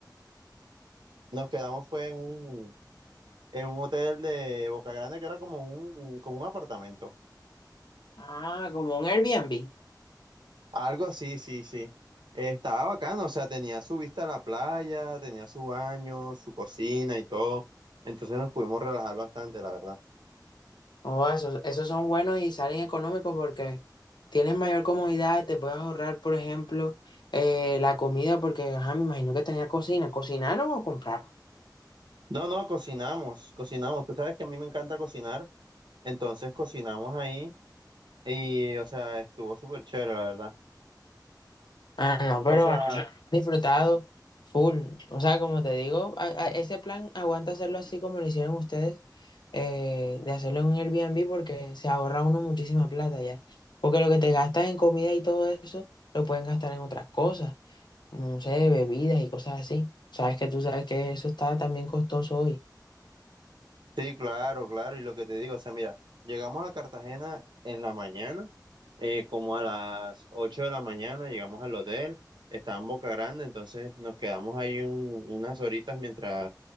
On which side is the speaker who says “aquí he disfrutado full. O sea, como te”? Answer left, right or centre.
Left